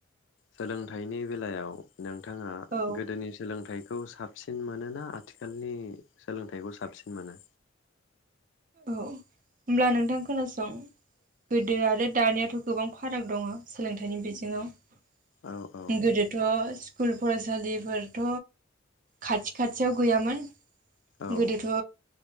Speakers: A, on the left; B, on the right.
A: सोलोंथाइनि बेलायाव नोंथाङा
B: औ
A: गोदोनि सोलोंथाइखौ साब साबसिन मोन ना आथिखालनि सोलोंथाइखौ साबसिन मोनो?
B: औ होमब्ला नोंथां खोनासं गोदो आरो दानिथ' गोबां फाराग दङ सोलोंथाइनि बिजोङाव
A: औ औ
B: गोदोथ स स्कुल फरायसालिफोरथ' खाथि खाथियाव गैयामोन
A: औ
B: गोदोथ'